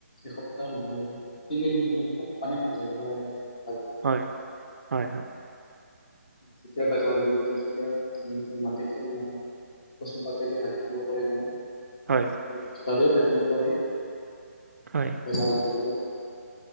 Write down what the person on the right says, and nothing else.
হয় হয় হয়,,,,,
হয়
হয়